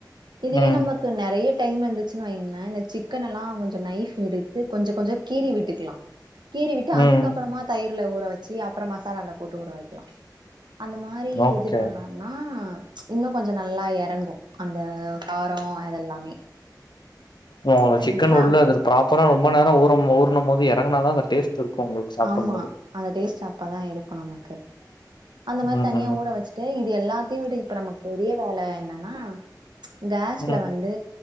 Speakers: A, on the right; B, on the left.
A: இதுவே
B: ம்
A: நமக்கு நெறையா டைம் இருந்துச்சு வைங்களே இந்த சிக்கன் எல்லா கொஞ்ச நைப் எடுத்து கொஞ்ச கொஞ்ச கீறி விட்டுக்கலா கீறி விட்டு
B: ம்
A: அதுக்கப்பறமா தயிர்ல ஊற வச்சு அப்பறம் மசாலால போட்டு ஊற வைக்கலா அந்த மாரி
B: ஓகே
A: இது பண்ணோம்னா இன்னு கொஞ்ச நல்லா எறங்கு அந்த கார அதெல்லாமே
B: ஒ
A: சரிங்களா
B: சிக்கன் உள்ள ப்ராப் அப்பறம் ரொம்ப நேர ஊறும் போது எறங்கனா தா அந்த டேஸ்ட் இருக்கு உங்களுக்கு சாப்டும்
A: ஆமா
B: போது
A: அந்த டேஸ்ட் அப்பதா இருக்கு நமக்கு அந்த மாரி
B: ம்
A: தனியா
B: ம்
A: ஊற வச்சுட்டு இது எல்லாத்தையு விட்டு இப்ப நமக்கு பெரிய வேல என்னன்னா அம் கேஸ்ல
B: ம்
A: வந்து